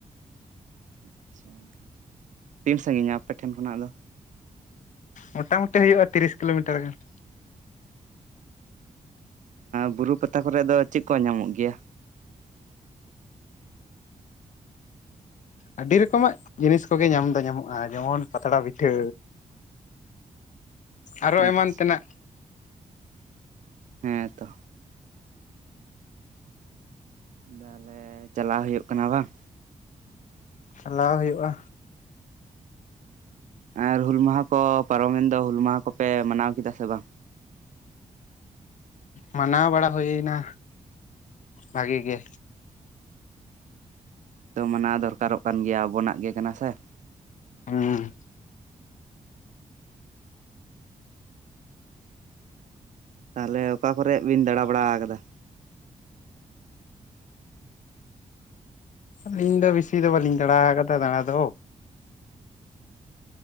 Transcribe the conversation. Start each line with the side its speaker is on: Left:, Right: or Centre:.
Right: ᱟᱪᱪᱷᱟ ᱛᱤᱱ ᱥᱟᱺᱜᱤᱧᱟ ᱟᱯᱮᱴᱷᱮᱱ ᱠᱷᱚᱱᱟᱜ ᱫᱚ᱾
Left: ᱢᱚᱴᱟᱢᱩᱴᱤ ᱦᱩᱭᱩᱜᱼᱟ ᱛᱤᱨᱤᱥ ᱠᱤᱞᱳᱢᱤᱴᱟᱨ ᱜᱟᱱ
Right: ᱵᱩᱨᱩ ᱯᱟᱛᱟ ᱠᱚᱨᱮ ᱫᱚ ᱪᱮᱫ ᱠᱚ ᱧᱟᱢᱚᱜ ᱜᱮᱭᱟ᱾
Left: ᱟᱹᱰᱤ ᱨᱚᱠᱚᱢᱟᱜ ᱡᱤᱱᱤᱥ ᱠᱚᱜᱮ ᱧᱟᱢ ᱫᱚ ᱧᱟᱢᱚᱜᱼᱟ ᱡᱮᱢᱚᱱ ᱯᱟᱛᱲᱟ ᱯᱤᱴᱷᱟᱹ ᱟᱨ ᱦᱚᱸ
Right: ᱟᱪᱪᱷᱟ
Left: ᱮᱢᱟᱱ ᱛᱮᱱᱟᱜ
Right: ᱦᱮᱸ ᱛᱚ ᱛᱟᱦᱞᱮ ᱪᱟᱞᱟᱣ ᱦᱩᱭᱩᱜ ᱠᱟᱱᱟ ᱵᱟᱝ?
Left: ᱪᱟᱞᱟᱣ ᱦᱩᱭᱩᱜᱼᱟ᱾
Right: ᱟᱨ ᱦᱩᱞ ᱢᱟᱦᱟ ᱠᱚ ᱯᱟᱨᱚᱢᱮᱱ ᱫᱚ ᱦᱩᱞ ᱢᱟᱦᱟ ᱠᱚᱯᱮ ᱢᱟᱱᱟᱣ ᱠᱮᱫᱟ ᱥᱮ ᱵᱟᱝ?
Left: ᱢᱟᱱᱟᱣ ᱵᱟᱲᱟ ᱦᱩᱭᱱᱟ ᱵᱷᱟᱜᱮ ᱜᱮ?
Right: ᱛᱚ ᱢᱟᱱᱟ ᱫᱚᱨᱠᱟᱨᱚᱜ ᱠᱟᱱ ᱜᱮᱭᱟ ᱟᱵᱚᱱᱟᱜ ᱜᱮ ᱠᱟᱱᱟ ᱥᱮ
Left: ᱦᱩᱸ
Right: ᱛᱟᱦᱚᱞᱮ ᱚᱠᱟ ᱠᱚᱨᱮ ᱵᱤᱱ ᱫᱟᱬᱟ ᱵᱟᱲᱟ ᱟᱠᱟᱫᱟ᱾
Left: ᱟᱹᱞᱤᱧ ᱫᱚ ᱵᱮᱥᱤ ᱫᱚ ᱵᱟᱹᱞᱤᱧ ᱫᱟᱬᱟ ᱟᱠᱟᱫᱟ ᱫᱟᱬᱟ ᱫᱚ